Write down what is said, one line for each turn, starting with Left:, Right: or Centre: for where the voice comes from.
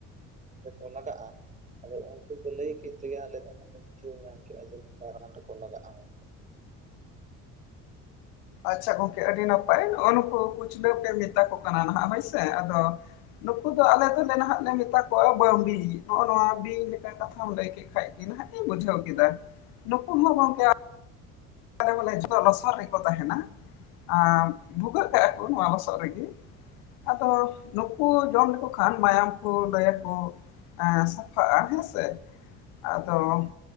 Right: ᱨᱮᱠᱚ ᱞᱟᱜᱟᱜᱼᱟ ᱛᱚ ᱩᱱᱠᱩ ᱠᱚ ᱞᱟᱹᱭ ᱠᱮᱫ ᱛᱮᱜᱮ ᱟᱞᱮ ᱫᱚ ᱦᱟᱸᱜ ᱞᱮ ᱵᱩᱪᱷᱟᱹᱣ ᱢᱮᱱ ᱠᱮᱫᱼᱟ ᱡᱮ ᱱᱚᱝᱠᱟ ᱨᱟᱱ ᱨᱮᱠᱚ ᱞᱟᱜᱟᱜᱼᱟ ᱢᱮᱱᱛᱮ
Left: ᱟᱪᱪᱷᱟ ᱜᱚᱝᱠᱮ ᱟᱹᱰᱤ ᱱᱟᱯᱟᱭ ᱱᱚᱜᱼᱚ ᱱᱩᱠᱩ ᱠᱩᱪᱞᱟᱹ ᱯᱮ ᱢᱮᱛᱟ ᱠᱚ ᱠᱟᱱᱟ ᱱᱟᱦᱟᱜ ᱦᱳᱭ ᱥᱮ ᱟᱫᱚ ᱱᱩᱠᱩ ᱫᱚ ᱟᱞᱮ ᱫᱚᱞᱮ ᱱᱟᱦᱟᱜ ᱞᱮ ᱢᱮᱛᱟ ᱠᱚᱣᱟ ᱵᱟᱺᱵᱤ ᱱᱚᱜᱼᱚ ᱱᱚᱣᱟ ᱵᱤᱧ ᱞᱮᱠᱟ ᱠᱟᱛᱷᱟᱢ ᱞᱟᱹᱭ ᱠᱮᱫ ᱠᱷᱟᱡ ᱜᱮ ᱱᱟᱜ ᱤᱧ ᱵᱩᱡᱷᱟᱹᱣ ᱠᱮᱫᱟ ᱱᱩᱠᱩ ᱦᱚᱸ ᱜᱚᱝᱠᱮ ᱟᱞᱮ ᱫᱚᱞᱮ ᱡᱷᱚᱛᱚ ᱞᱚᱥᱚᱫ ᱨᱮᱠᱚ ᱛᱟᱦᱮᱱᱟ ᱟ ᱵᱷᱩᱜᱟᱹᱜ ᱠᱟᱜ ᱟᱠᱚ ᱱᱚᱣᱟ ᱞᱚᱥᱚᱫ ᱨᱮᱜᱮ ᱟᱫᱚ ᱱᱩᱠᱩ ᱡᱚᱢ ᱞᱮᱠᱚ ᱠᱷᱟᱱ ᱢᱟᱭᱟᱢ ᱠᱚ ᱞᱟᱹᱭ ᱟᱠᱩ ᱟ ᱥᱚᱯᱷᱟᱜᱼᱟ ᱦᱮᱸ ᱥᱮ ᱟᱫᱚ